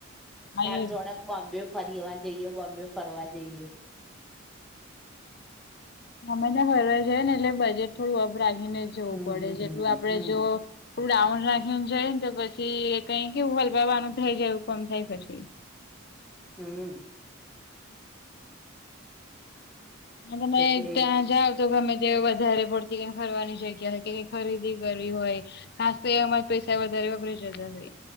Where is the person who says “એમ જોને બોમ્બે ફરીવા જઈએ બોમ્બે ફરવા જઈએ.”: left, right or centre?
Centre